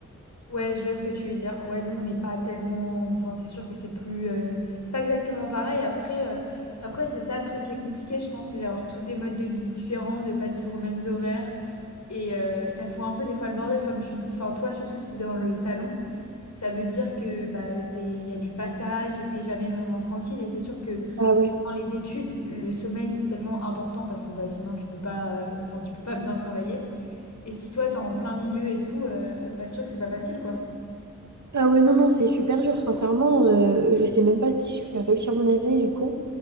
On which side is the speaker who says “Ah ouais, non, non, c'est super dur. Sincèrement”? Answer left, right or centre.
Right